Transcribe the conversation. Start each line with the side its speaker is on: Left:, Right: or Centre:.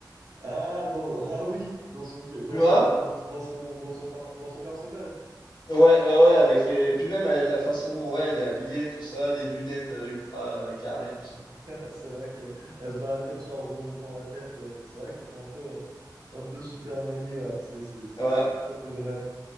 Right: Ah, dans, <laughs> ah oui, dans son, dans
Left: Tu vois?
Right: son, dans, dans son, dans son, par- dans son personnage.
Left: Ouais, ouais, ouais, avec les. Puis même euh, la façon dont ouais, elle est habillée, tout ça, les lunettes euh, ultra euh, carrées, tout ça.
Right: <laughs> C'est vrai qu'elle se balade comme ça en remontant la tête. euh, C'est vrai que ça fait un peu, un peu Superman. C'est c'est- c'est-
Left: Ouais,
Right: c'est tout à fait vrai.